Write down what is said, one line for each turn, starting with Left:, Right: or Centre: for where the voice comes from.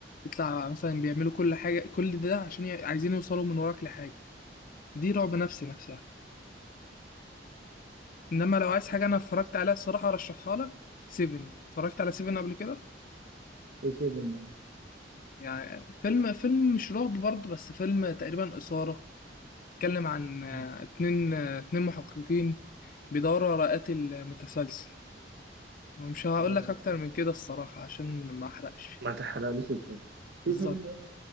Left: يطلع مثلا بيعملوا كل حاجة كل ده عشان ي- عايزين يوصلوا من وراك لحاجة دي رعب نفسي نفسها انما لو عايز حاجه انا اتفرجت عليها الصراحه ارشحها لك سيفن اتفرجت على سيفن قبل كده
Right: ايه 7 ده
Left: يعني فيلم فيلم مش رعب برضه بس فيلم تقريبا اثاره اتكلم عن آه،
Right: مم.
Left: اتنين آه، اتنين محققين بيدوروا على قاتل متسلسل ومش هقول
Right: اه
Left: لك اكتر من كده الصراحه عشان ما احرقش
Right: ما تحرقليش الفيلم في
Left: بالظبط
Right: فيلم بقى